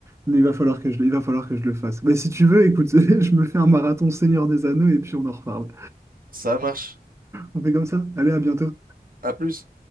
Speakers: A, on the right; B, on the right.
A: Mais il va falloir que je, le- il va falloir que je le fasse. Mais si tu veux, écoute, <laughs> je me fais un marathon Seigneur des Anneaux et puis on en reparle.
B: Ça marche.
A: On fait comme ça. Allez, à bientôt.
B: À plus.